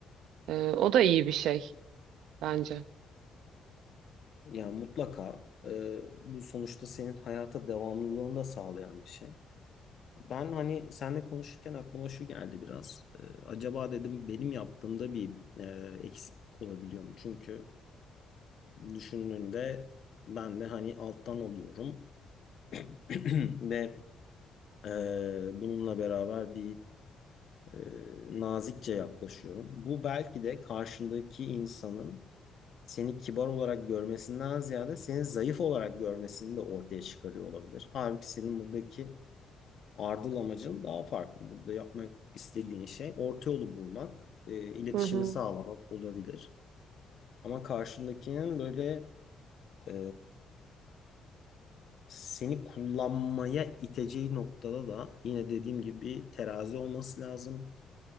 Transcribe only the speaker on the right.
E, o da iyi bir şey bence.
Hı hı.